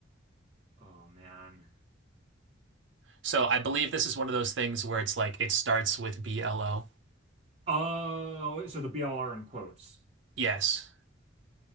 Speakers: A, on the right (about 30°); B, on the right (about 70°).
A: Oh man.
B: So I believe this is one of those things where it's like it starts with B-L-O.
A: Oh, so the BLR in quotes.
B: Yes.